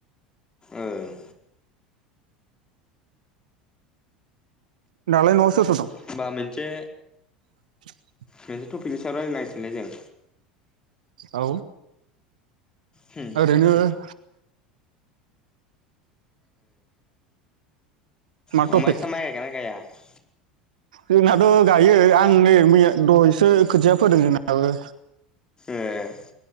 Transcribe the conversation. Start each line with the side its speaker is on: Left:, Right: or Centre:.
Left: ओं।
Right: दालाय नआव सोर सोर
Left: होमबा मोनसे।
Right: <inaudible>
Left: मोनसे टपिकनि सायाव रायलायनांसिगोनलै जों।
Right: औ।
Left: होम
Right: ओरैनो। <inaudible> मा
Left: ओ
Right: टपिक
Left: <unintelligible> <unintelligible>
Right: जोंनाथ गायो आं नै मैया दहसो खोथिया फोदों जोंनाबो
Left: ए।